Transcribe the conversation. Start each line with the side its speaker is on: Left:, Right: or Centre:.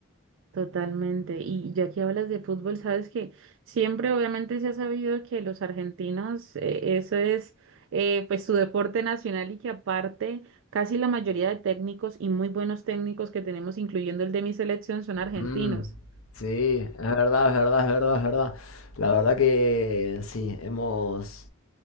Right: Totalmente. Y ya que hablas de fútbol, sabes que siempre obviamente se ha sabido que los argentinos, eh, eso es eh, pues su deporte nacional y que aparte casi la mayoría de técnicos y muy buenos técnicos que tenemos, incluyendo el de mi selección, son argentinos.
Left: Mm, sí, es verdad, es verdad, es verdad, es verdad. La verdad que sí, hemos...